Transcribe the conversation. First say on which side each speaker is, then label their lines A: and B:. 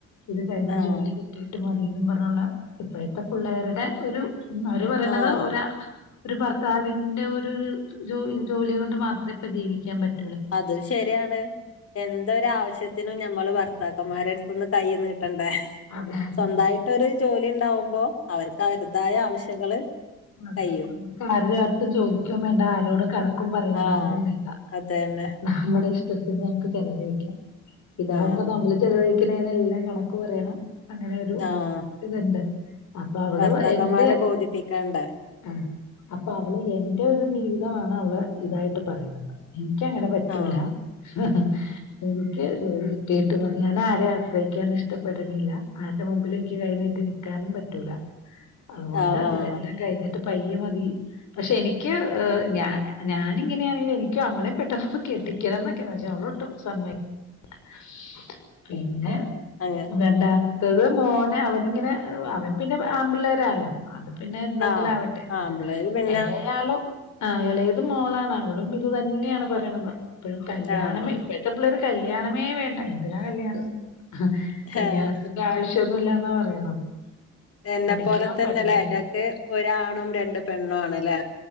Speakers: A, on the left; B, on the left.
A: ഇത് കഴിഞ്ഞ്
B: ആഹ്
A: ജോലി കിട്ടിയിട്ട് മത് <unintelligible> പറഞ്ഞുണ്ട ഇപ്പോഴത്തെ പിള്ളേര്ടെ ഒരു മ് അവര് പറേണത്
B: ആഹ്
A: ഒരാ ഒരു ഭർത്താവിന്റെ ഒരുരു <unintelligible> ജോല് ജോലി കൊണ്ട് മാത്രേപ്പ ജീവിക്കാൻ പറ്റ്
B: അത് ശരിയാണ് എന്തൊരാവശ്യത്തിനും ഞമ്മള് ഭർത്താക്കന്മാര്ട്ത്ത്ന്ന് കൈനീട്ട് ട്ടണ്ടേ
A: അതെ അതെ
B: സ്വന്തായിട്ടൊരു ജോലി ണ്ടാവുമ്പോ അവർക്ക് അവരുതായ ആവശ്യങ്ങള്
A: ആ <unintelligible>
B: കഴിയും
A: നമുക്ക് ആര്ടടുത്തും ചോദിക്കും വേണ്ട ആരോടും കടോ നക്കും പറയണ്ട
B: ആഹ്
A: ഒന്നും വേണ്ട
B: അതന്നെ
A: നമ്മുടെ ഇഷ്ടത്തിന് നമുക്ക് ചെലവഴിക്കാം ഇതാവുമ്പോ
B: ആഹ്
A: നമ്മള് ചെലവഴിക്കണേനെല്ലാം കണക്ക് പറയണം അങ്ങനൊരു
B: ആഹ്
A: ഇതുണ്ട് അപ്പൊ അവള്
B: ഭർത്താക്കന്മാരെ
A: <unintelligible> എന്റെ
B: ബോധിപ്പിക്കണ്ടേ
A: ആ അപ്പൊ അവള് എന്റെ ഒരു ജീവിതമാണ് അവള് ഇതായിട്ട് പറയുന്നത് ഇ ക്കങ്ങനെ പറ്റൂലാ
B: ആഹ്
A: ഹ് ഹ് എനിക്ക് ജോലി കിട്ടീട്ട് മതി ഞാനാരാ ശ്രയിക്കാൻ ഇഷ്ടപ്പെടണില്ല ആരുടെ മുമ്പിൽ എനിക്ക് കൈനീട്ടി നിക്കാനും പറ്റൂലാ അതുകൊണ്ട്
B: ആഹ് ആഹ്
A: ഇതെ എന്നിട്ട് പയ്യെ മതി പക്ഷെ എനിക്ക് ങ് ഞാ അ ഞാനിങ്ങനെ ആണെങ്കിലും എനിക്ക് അവളെ പെട്ടെന്നൊന്ന് കെട്ടിക്കണംന്നൊക്കെയാ പക്ഷെ അവ് അവളൊട്ടും സമ്മയ് <unintelligible> പിന്നെ
B: അങ്ങ
A: രണ്ടാമത്തത് മോനേ അവനിങ്ങനെ ഒആ അവൻ പിന്നെ അ ആമ്പിള്ളേരാലോ അത് പിന്നെ എന്തെങ്കിലും
B: ആഹ്
A: ആവട്ടെന്നെക്കാം
B: ആമ്പിള്ളേര് പിന്നെ
A: എളേയാളും ആ എളേത് മോളാണ് അവളും ഇത് തന്നെയാണ് പറയണത് ഇപ്പോഴും കല്യാണമേ
B: ആഹ്
A: ഇപ്പോഴത്തെ പിള്ളേര് ക് കല്യാണമേ വേണ്ടാ എന്തിനാ കല്യാണം ഹ് കല്യാണത്തിന്റെ
B: ഏഹ്
A: ആവശ്യം ഒന്നുല്ല ന്നാ പറയണത്
B: എന്നെ
A: പഠിക്കണം
B: പോലെ തന്നെല്ലേ
A: പഠിക്കണം
B: <unintelligible> ഒരാണും രണ്ട് പെണ്ണും ആണല്ലേ